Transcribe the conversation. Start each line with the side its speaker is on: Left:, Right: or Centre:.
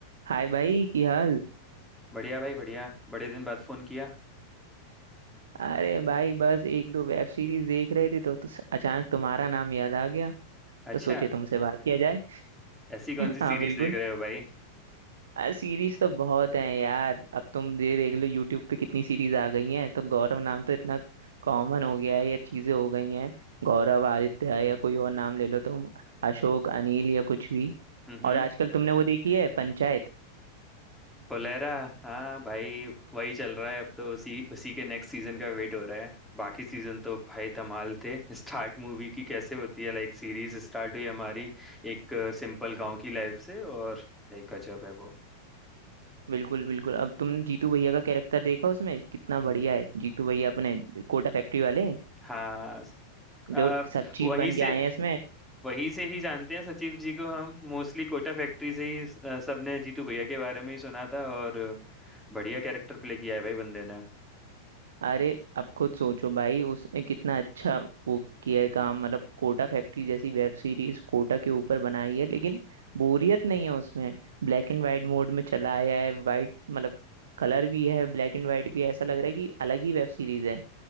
Right: हाय भाई की हाल
Centre: बढ़िया भाई बढ़िया बड़े दिन बाद फोन किया
Right: अरे भाई बस एक दो वेब सीरीज देख रहे थे तो, तो अचानक तुम्हारा नाम याद आ गया
Centre: अच्छा
Right: तो सोचे तुमसे बात किया जाए
Centre: ऐसी कौन
Right: <laughs>
Centre: सी सीरीज
Right: हाँ बिल्कुल
Centre: देख रहे हो भाई
Right: सीरीज तो बहुत हैं यार अब तुम ये देख लो यूट्यूब पे कितनी सीरीज आ गई हैं तो गौरव नाम तो इतना कॉमन हो गया है ये चीजें हो गई हैं गौरव आदित्य या कोई और नाम ले लो तुम अशोक अनिल या कुछ भी
Centre: हम्म
Right: और आजकल तुमने वो देखी है पंचायत
Centre: फुलेरा हाँ भाई वही चल रहा है अब तो उसी उसी के नेक्स्ट सीजन का वेट हो रहा है बाकी सीजन तो भाई धमाल थे स्टार्ट मूवी की कैसे होती है लाइक सीरीज स्टार्ट हुई हमारी एक सिंपल गांव की लाइफ से और भाई गजब है वो
Right: बिल्कुल बिल्कुल अब तुमने जीतू भैया का कैरेक्टर देखा उसमें कितना
Centre: हम्म
Right: बढ़िया है जीतू भैया अपने कोटा फैक्ट्री वाले
Centre: हाँ आ,
Right: जो सब चीफ
Centre: वहीं
Right: बन
Centre: से
Right: के आए हैं इसमें
Centre: वहीं से ही जानते हैं सचिव जी को हम मोस्टली कोटा फैक्ट्री से ही अ, सबने जीतू भैया के बारे में ही सुना था और बढ़िया कैरेक्टर प्ले किया है भाई बंदे ने
Right: अरे अब खुद सोचो भाई उसने कितना अच्छा वो किया है काम मतलब कोटा फैक्ट्री जैसी वेब सीरीज कोटा के ऊपर बनाई है लेकिन बोरियत नहीं है उसमें ब्लैक एंड वाइट मोड में चला आया है वाइट मतलब कलर भी है ब्लैक एंड वाइट भी है, ऐसा लग रहा है कि अलग ही वेब सीरीज है